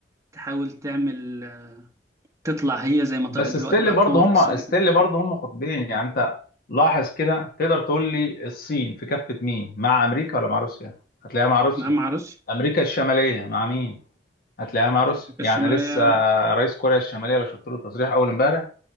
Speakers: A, on the right (about 20°); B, on the left (about 55°).
A: تحاول تعمل تطلع هي زي ما طلعت
B: بس
A: دلوقتي
B: ستيل
A: بقى
B: برضه
A: قوه اقتصاديه
B: هم ستيل
A: كده
B: برضه هم قطبين يعني انت لاحظ كده تقدر تقول لي الصين في كفة مين مع امريكا ولا مع روسيا هتلاقيها مع روسيا
A: نعم ما اعرفش
B: امريكا الشمالية مع مين هتلاقيها مع روسيا
A: امريكا
B: يعني
A: الشماليه
B: لسه رئيس كوريا الشمالية لو شفت له تصريح اول امبارح